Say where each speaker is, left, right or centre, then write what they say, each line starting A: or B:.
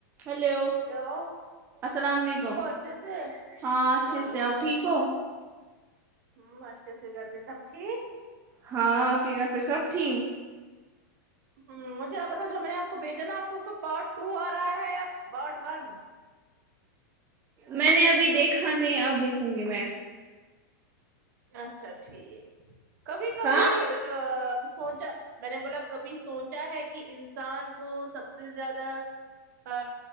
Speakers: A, on the right; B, on the right.
A: ہیلو
B: ہلو
A: السلام علیکم
B: ٹھیک ہو اچھے سے
A: ہاں اچھے
B: وعلیکم
A: سے آپ
B: اسلام
A: ٹھیک ہو
B: ہوں اچھے سے گھر پہ سب ٹھیک
A: ہاں آپ کی گھر پے سب ٹھیک
B: امم مجھے آپ بتاؤ جو میں نے آپ کو بھیجا نا آپ کو اس کو پارٹ ٹو آ رہا ہے یا پارٹ ون
A: میں نے ابھی دیکھا نہیں اب دیکھوں گی میں
B: اچھا ٹھیک کبھی کبھی
A: ہاں
B: آ سوچا میں نے بولا کبھی سوچا ہے کہ انسان کو سب سے زیادہ آ